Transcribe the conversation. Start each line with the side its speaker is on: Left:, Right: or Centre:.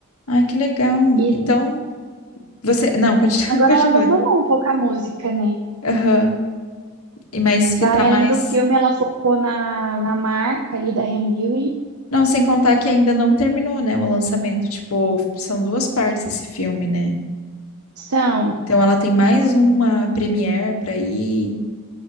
Left: Ai, que legal.
Right: E
Left: Então, você. Não, continua.
Right: agora
Left: <laughs> continua.
Right: ela abandonou um pouco a música, né?
Left: Aham. E mas fitar
Right: Daí,
Left: mais.
Right: além do filme, ela focou na, na marca ali da Ham Beauty.
Left: Não, sem contar que ainda não terminou, né, o lançamento. Tipo, são duas partes esse filme, né?
Right: São.
Left: Então ela tem mais uma premiere pra ir,